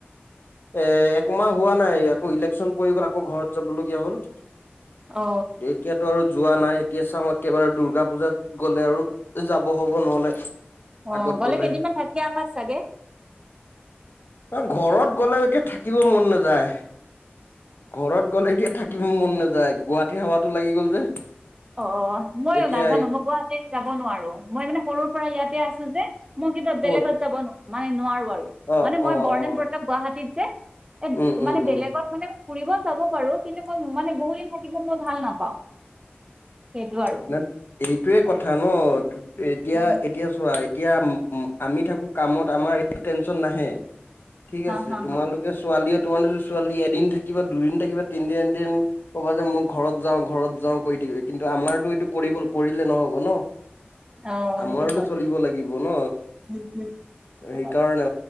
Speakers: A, on the left (about 55°); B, on the right (about 20°).
A: এই একমাহ হোৱা নাই আকৌ ইলেক ইলেকচন পৰি গ'ল আকৌ ঘৰত যাবলগীয়া হ'ল।
B: অ
A: এতিয়াতো আৰু যোৱা নাই। এতিয়া চাওঁ একেবাৰে দূৰ্গা পূজাত গ'লে আৰু যাব হ'ব নহ'লে
B: অহ
A: আগত
B: গ'লে কেইদিনমান
A: হ'ব।
B: থাকি আহা চাগে?
A: ঘৰত <unintelligible> থাকিব মন নাযায়। ঘৰত গ'লে এতিয়া থাকিব মন নাযায়, গুৱাহাটীৰ হাৱাতো লাগি গ'ল যে
B: অহ মই
A: এতিয়া
B: নাজানো মই গুৱাহাটীত যাব নোৱাৰো, মই মানে সৰুৰ পৰা ইয়াতে আছো আছো যে মই কিবা
A: ক'ত
B: বেলেগত যাব নো মানে নোৱাৰো আৰু,
A: অ',
B: মানে মই
A: অ',
B: <unintelligible>
A: অ',
B: গুৱাহাটীত যে এ
A: উম, উম,
B: মানে
A: উম।
B: বেলেগত মানে ফুৰিব যাব পাৰো, কিন্তু মই মানে বহু দিন থাকিব মই ভাল নাপাওঁ। সেইটো আৰু
A: <unintelligible> এইটোৱে কথা ন, তু এতিয়া,
B: উম
A: এতিয়া চোৱা এতিয়া ম ম আমি থাকো কামত আমাৰ এইটো টেনশ্যন নাহে। ঠিক
B: হা
A: আছে
B: হা
A: তোমালোকে
B: হা
A: ছোৱালীয়ে <unintelligible> ছোৱালীয়ে এদিন থাকিবা, দুদিন থাকিবা তিনদিনা এদিন ক'বা যে মোৰ ঘৰত যাওঁ, ঘৰত যাওঁ কৰি থাকিবি কিন্তু আমাৰতো <unintelligible> কৰিলে নহ'ব ন।
B: অ
A: আমাৰোতো
B: সেইটো হয়
A: চলিব লাগিব ন,
B: উম উম সেইটো
A: সেইকাৰণে
B: হয়।